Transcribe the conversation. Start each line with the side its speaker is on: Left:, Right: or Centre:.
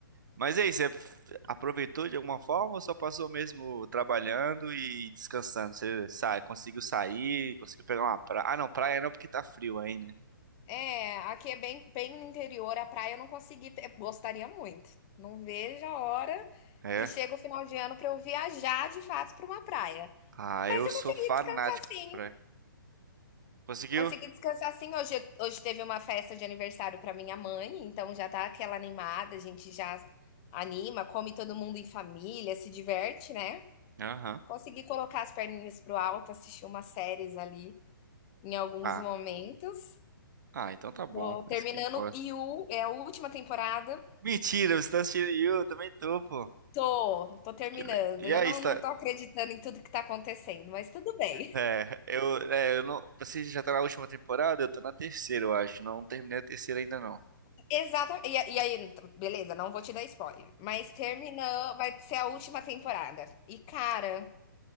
Right: Mas é isso, você aproveitou de alguma forma ou só passou mesmo trabalhando e descansando? Você sai, conseguiu sair, conseguiu pegar uma praia. Ah, não, praia não, porque tá frio aí, né?
Left: É, aqui é bem, bem no interior, a praia eu não consegui, ter- gostaria muito. Não vejo a hora
Right: É.
Left: que chega o final de ano para eu viajar de fato para uma praia.
Right: Ah,
Left: Mas
Right: eu
Left: eu
Right: sou
Left: consegui
Right: fanático
Left: descansar sim.
Right: por praia. Conseguiu?
Left: Consegui descansar sim. Hoje, hoje teve uma festa de aniversário para minha mãe, então já tá aquela animada, a gente já anima, come todo mundo em família, se diverte, né?
Right: Aham.
Left: Consegui colocar as perninhas pro alto, assistir umas séries ali em alguns
Right: Ah.
Left: momentos.
Right: Ah, então tá bom.
Left: Tô terminando
Right: Isso que importa.
Left: You, é a última temporada.
Right: Mentira, você tá assistindo You? Eu também tô, pô.
Left: Tô, tô terminando.
Right: Que le- E
Left: Eu
Right: aí,
Left: não,
Right: está...
Left: não tô acreditando em tudo que tá acontecendo, mas tudo bem.
Right: É, eu, é, eu não... Você já tá na última temporada? Eu tô na terceira, eu acho. Não terminei a terceira ainda, não.
Left: <laughs> Exatamente. E, a- e aí, t- beleza, não vou te dar spoiler. Mas terminou, vai ser a última temporada. E, cara,